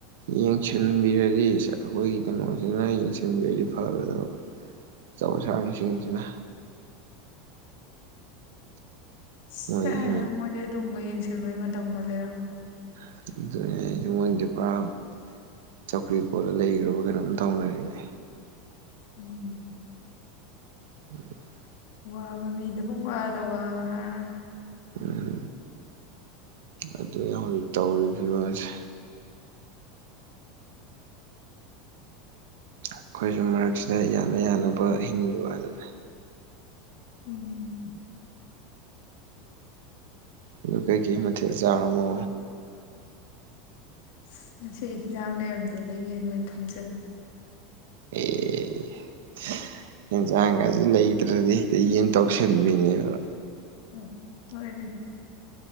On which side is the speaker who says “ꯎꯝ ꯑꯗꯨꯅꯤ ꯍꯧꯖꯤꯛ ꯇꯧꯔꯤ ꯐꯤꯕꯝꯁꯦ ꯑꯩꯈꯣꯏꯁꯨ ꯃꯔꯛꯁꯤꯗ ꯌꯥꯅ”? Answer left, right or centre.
Right